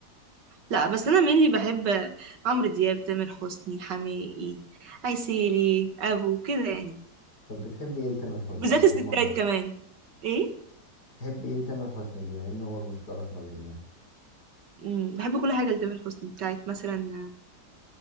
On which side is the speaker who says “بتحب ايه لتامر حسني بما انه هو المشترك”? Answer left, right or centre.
Left